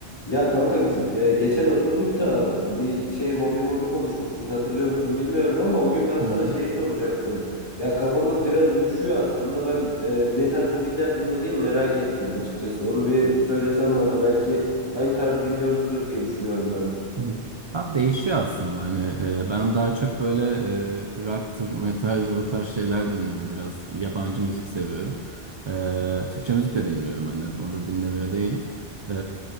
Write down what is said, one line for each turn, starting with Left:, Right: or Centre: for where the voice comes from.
Left: Ya kanka biz e, geçen oturduk da bir şey hobi mobi konuşmuştuk hatırlıyor musun bilmiyorum ama o gün ben
Right: Hı
Left: sana
Right: hı.
Left: şeyi soracaktım. Ya kafamız biraz uyuşuyor aslında ben e, ne tarz müzikler dinlediğini merak ettim açıkçası. Onu bir söylesen bana belki aynı tarz dinliyoruzdur diye düşünüyorum ben.
Right: hı hı. Abi değişiyor aslında hani e, ben daha çok böyle e, rock'tır, metaldir o tarz şeyler dinliyorum biraz yabancı müzik seviyorum E, Türkçe müzik de dinliyorum hani onu da dinlemiyor değilim E,